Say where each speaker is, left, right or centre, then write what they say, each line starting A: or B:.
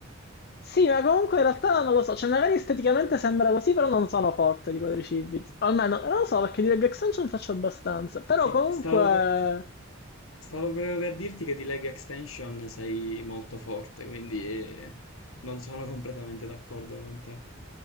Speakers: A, on the left (about 50°); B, on the left (about 75°).
A: Sì, ma comunque in realtà non lo so, cioè magari esteticamente sembra così, però non sono forte di quadricipiti. Almeno, non lo so, perché di leg extension faccio abbastanza. Però
B: I-
A: comunque...
B: Stavo... pro- Stavo proprio per dirti che di leg extension sei molto forte, quindi eh, non sono <laughs> completamente d'accordo con te.